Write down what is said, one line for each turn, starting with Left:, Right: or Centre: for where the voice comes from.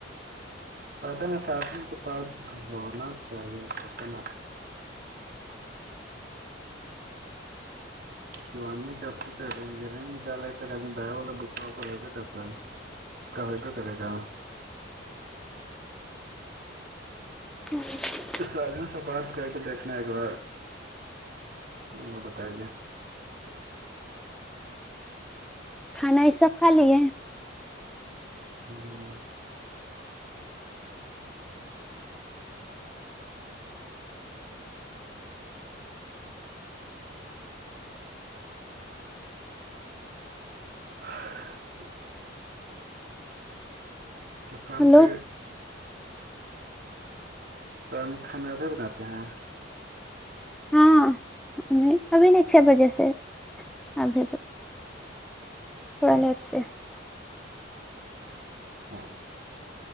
Right: پتن سھن کے پاس ہونا چاہیے پت ن سیوانی اھی کر رہے م ب والا وہپر فدہ کرتا ہے اس کا حائدہ کرے گا
Centre: <unintelligible>
Right: سادوں سے بات کر کے دیکھنا ایک بار وہ بتائی گے
Centre: کھانا یہ سب کھا لی ہے
Right: ہوں ہ <unintelligible> تو سام
Centre: ہلو
Right: کے سر میں کھانا ابھی بناتے ہیں
Centre: ہاں ا ابھی نہیں چھ بجے سے ابھی تو تھڑ سے
Right: ہ